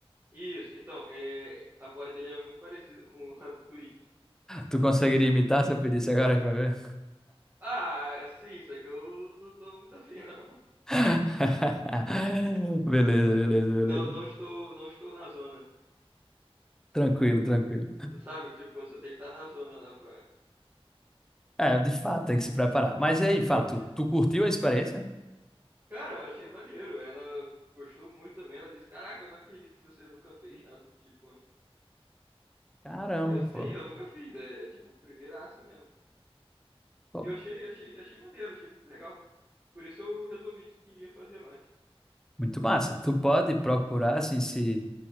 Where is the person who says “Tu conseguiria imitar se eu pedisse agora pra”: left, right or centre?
Centre